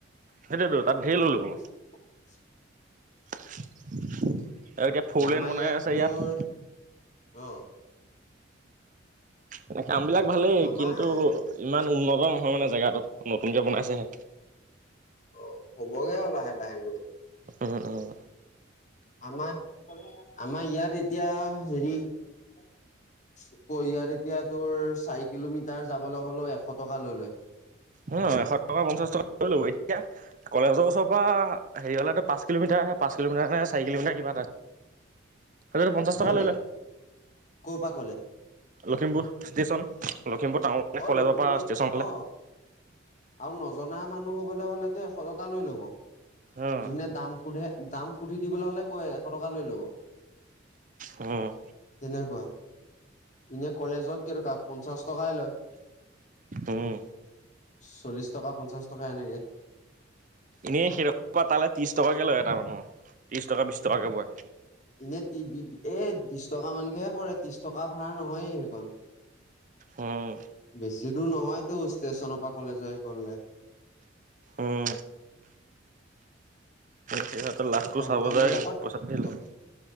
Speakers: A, on the right (about 40°); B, on the left (about 40°).
A: সেইটোৱেটো তাত ধেৰ লৈ লব।
B: <unintelligible>
A: আৰু এতিয়া ফ'ৰ
B: আমাৰ
A: লেন বনাই আছে
B: তোৰ
A: ইয়াত।
B: অ।
A: এনে কাম বিলাক ভালেই।
B: আমাৰ
A: কিন্তু ইমান উন্নত নহয় মানে জেগাটো, নতুনকে বনাইছেহে।
B: অ হ'বগে আৰু লাহে লাহে গৈ।
A: উম, উম।
B: আমাৰ আমাৰ ইয়াত এতিয়া হেৰি আকৌ এতিয়া তোৰ চাৰি কিলোমিটাৰ যাবলে হ'লেও এশ টকা লৈ লয়।
A: অ এশ টকা, পঞ্চাছ টকা লৈ লব। এতিয়া কলেজৰ ওচৰৰ পৰা হেৰিয় লৈকে পাঁচ কিলোিটাৰহে, পাঁচ কিলোমিটাৰ নে চাৰি কিলমিটাৰ কিবা এটা। সেইটোতো পঞ্চাছ টকা
B: কলে
A: লৈ লয়।
B: ক'ৰ পৰা কলে
A: লখিমপুৰ ষ্টেচন, লখিমপুৰ টাউন মানে
B: অ
A: কলেজৰ
B: লখিমপুৰ
A: পৰা ষ্টেচনলে।
B: অ আৰু নজনা মানুহ হবলে হলেতো এশ টকা লৈ লব।
A: উম
B: যোনে দাম সোধে দাম সুধি দিবলৈ হ'লে কৈ এশ টকা লৈ ল'ব।
A: উম।
B: তেনেকুৱা। এনে কলেজত কেই টকা? পঞ্চাছ টকাই লয়।
A: উম।
B: চল্লিছ টকা, পঞ্চাছ টকা এনেকে।
A: এনেই সেইডখৰ পৰা তালে ত্ৰিছ টকাকে লয় এটা মানুহ। ত্ৰিছ টকা, বিছ টকাকে পৰে।
B: এনেই এ বিছ টকা মানকেহে পৰে। ত্ৰিছ টকা ভাৰা নহয়ে সেইকণ।
A: উম
B: বেছি দূৰ নহয়তো ষ্টেচনৰ পৰা কলেজৰ সেই কনলে।
A: উম সিহঁতে লাভটো
B: এ টমটম
A: চাব যায়
B: বিলাকত
A: পইচা ধেই
B: ত
A: লয়।